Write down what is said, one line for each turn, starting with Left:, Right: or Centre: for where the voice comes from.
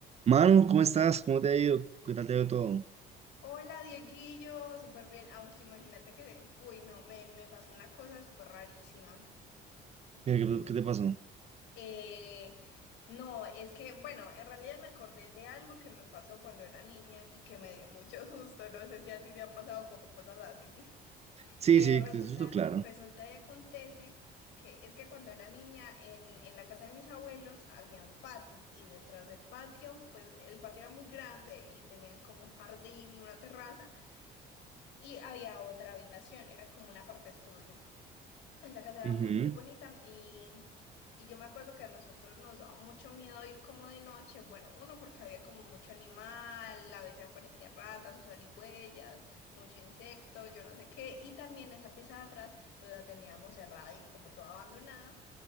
Right: Manu, ¿cómo estás? ¿Cómo te ha ido? ¿Qué tal te ha ido todo?
Left: Hola, Dieguillo, súper bien, aunque imagínate que, uy, no, me, me pasó una cosa súper rarísima.
Right: ¿Qué, qué- qué te pasó?
Left: Eh, no, es que, bueno, en realidad me acordé de algo que me pasó cuando era niña y que me dio mucho <laughs> susto, no sé si a ti te ha pasado como cosas así.
Right: Sí,
Left: Eh,
Right: sí,
Left: resulta,
Right: te escucho claro.
Left: resulta y acontece que es que cuando era niña en, en la casa de mis abuelos había un patio y detrás del patio, pues el patio era muy grande y tenían como un jardín y una terraza. Y había otra habitación, era como una parte estudio. Esa casa era
Right: Ujú.
Left: muy, muy bonita y, y yo me acuerdo que a nosotros nos daba mucho miedo ir como de noche. Bueno, uno porque había como mucho animal, a veces aparecían ratas o zarigüeyas, mucho insecto, yo no sé qué. Y también esa pieza de atrás, pues la teníamos cerrada y como toda abandonada.